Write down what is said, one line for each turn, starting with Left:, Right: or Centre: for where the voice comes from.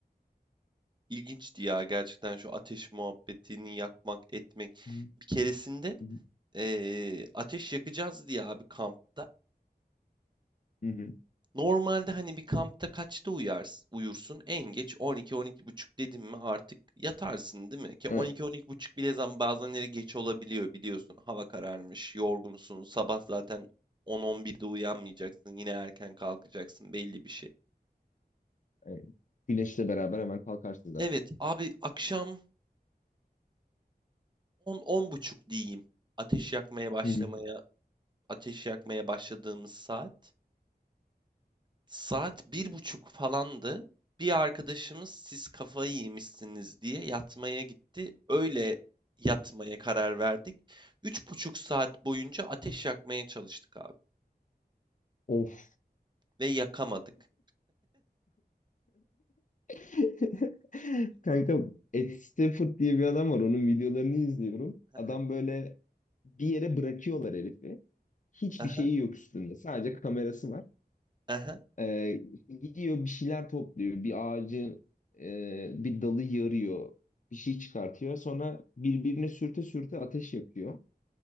Right: İlginçti ya gerçekten şu ateş muhabbetini yakmak etmek.
Left: Hı
Right: Bir keresinde
Left: hı.
Right: eee, ateş yakacağız diye abi kampta.
Left: Hı hı.
Right: Normalde hani bir kampta kaçta uyars uyursun? En geç 12 buçuk dedim mi artık yatarsın değil mi? Ki 12
Left: Evet,
Right: buçuk bile zaman bazenleri geç olabiliyor biliyorsun. Hava kararmış, yorgunsun, sabah zaten 10-11'de uyanmayacaksın, yine erken kalkacaksın belli bir şey.
Left: evet. Güneşle beraber hemen kalkarsın zaten.
Right: Evet abi akşam 10 buçuk diyeyim. Ateş yakmaya başlamaya,
Left: Hı hı.
Right: ateş yakmaya başladığımız saat. Saat bir buçuk falandı. Bir arkadaşımız siz kafayı yemişsiniz diye yatmaya gitti. Öyle yatmaya karar verdik. Üç buçuk saat boyunca ateş yakmaya çalıştık abi.
Left: Of.
Right: Ve yakamadık.
Left: <laughs> Kanka Ed Stafford diye bir adam var. Onun videolarını izliyorum.
Right: Aha,
Left: Adam böyle bir yere bırakıyorlar herifi. Hiçbir
Right: aha,
Left: şeyi yok üstünde. Sadece kamerası var.
Right: aha.
Left: Ee, gidiyor bir şeyler topluyor. Bir ağacı e, bir dalı yarıyor. Bir şey çıkartıyor. Sonra birbirine sürte sürte ateş yakıyor.